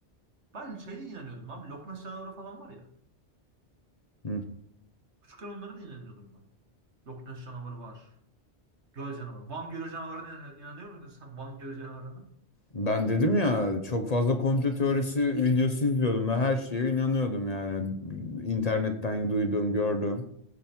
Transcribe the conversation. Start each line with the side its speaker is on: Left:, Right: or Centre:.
Right: Ben şeye de inanıyordum abi. Loch Ness canavarı falan var ya.
Left: Hı.
Right: Küçükken onlara da inanıyordum ben. Loch Ness canavarı var. Göl canavarı. Van Gölü canavarına inan- inanıyor muydun sen Van Gölü canavarına?
Left: Ben dedim ya çok fazla komplo teorisi videosu izliyordum ve her şeye inanıyordum yani internetten duyduğum gördüğüm.